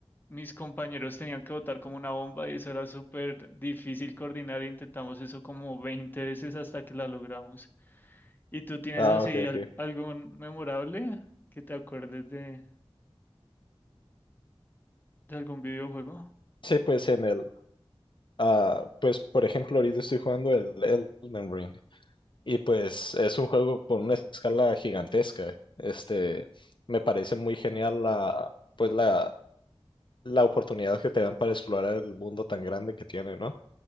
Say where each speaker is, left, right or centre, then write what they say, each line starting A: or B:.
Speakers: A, on the left; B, on the left.
A: mis compañeros tenían que votar como una bomba y eso era súper difícil coordinar. Intentamos eso como 20 veces hasta que la logramos. ¿Y tú tienes
B: Ah,
A: así
B: ok, ok.
A: al- algo memorable que te acuerdes de, de algún videojuego?
B: Sí, pues en el, ah, pues por ejemplo, ahorita estoy jugando el Elden Ring y pues es un juego por una escala gigantesca. Este, me parece muy genial la, pues la, la oportunidad que te dan para explorar el mundo tan grande que tiene, ¿no?